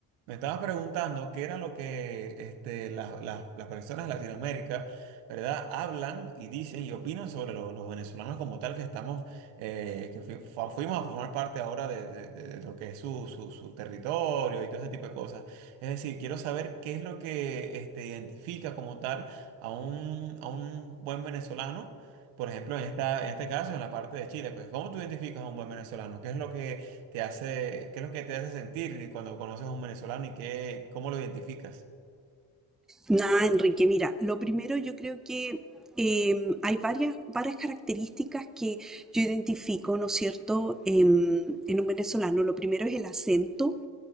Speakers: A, on the right; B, in the centre.
A: Me estaba preguntando qué era lo que este, la- la- las personas de Latinoamérica, ¿verdad? Hablan y dicen y opinan sobre lo- los venezolanos como tal que estamos, eh, que fui- fu- fuimos a formar parte ahora de, de- de- de lo que es su, su- su territorio y todo ese tipo de cosas. Es decir, quiero saber qué es lo que este, identifica como tal a un, a un buen venezolano. Por ejemplo, en esta, en este caso, en la parte de Chile, pues, ¿cómo tú identificas a un buen venezolano? ¿Qué es lo que te hace, qué es lo que te hace sentir cuando conoces a un venezolano y qué, cómo lo identificas?
B: Nada, Enrique, mira, lo primero yo creo que eh, hay varias, varias características que yo identifico, ¿no es cierto?, em, en un venezolano. Lo primero es el acento,